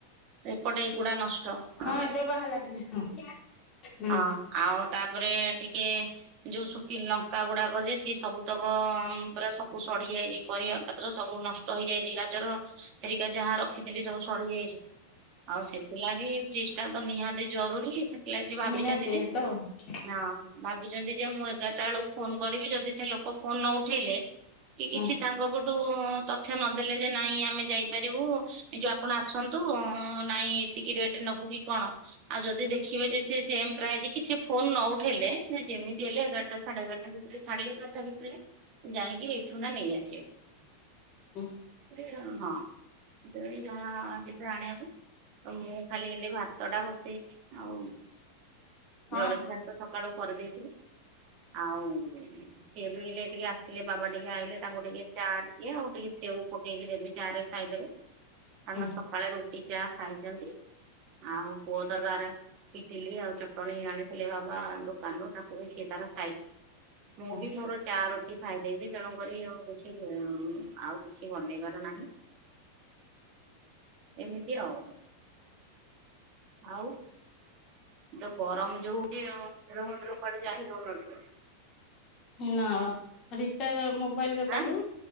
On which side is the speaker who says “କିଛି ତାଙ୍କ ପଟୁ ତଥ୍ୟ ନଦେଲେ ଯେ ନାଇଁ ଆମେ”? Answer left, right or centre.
Right